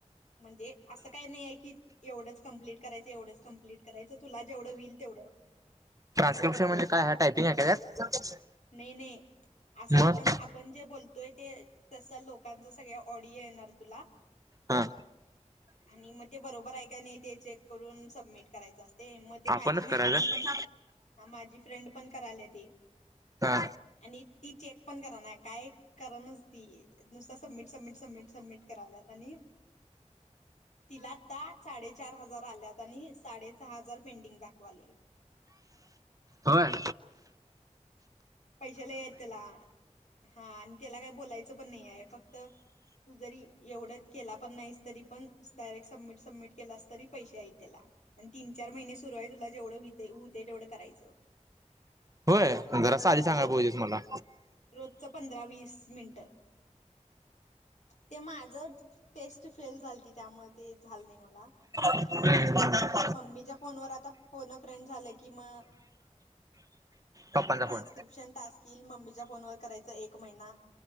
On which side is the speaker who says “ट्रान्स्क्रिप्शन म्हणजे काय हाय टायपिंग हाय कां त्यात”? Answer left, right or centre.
Right